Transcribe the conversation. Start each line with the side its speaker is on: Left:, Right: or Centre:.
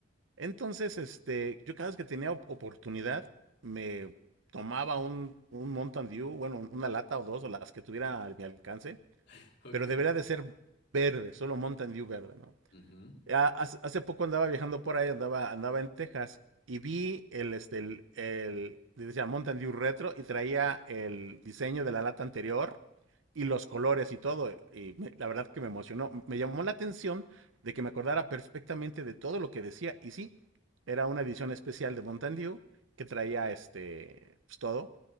Right: Entonces, este, yo cada vez que tenía op- oportunidad, me tomaba un, un Mountain Dew, bueno, una lata o dos, o las que tuviera a mi alcance,
Left: <laughs> Ok.
Right: pero debería de ser verde, solo Mountain Dew verde, ¿no?
Left: Ujú.
Right: Ya hace, hace poco andaba viajando por ahí, andaba, andaba en Texas, y vi el, este, el, el- decía Mountain Dew Retro y traía el diseño de la lata anterior y los colores y todo. eh, Y me- la verdad que me emocionó. Me llamó la atención de que me acordara perfectamente de todo lo que decía. Y sí, era una edición especial de Mountain Dew que traía este, pues, todo,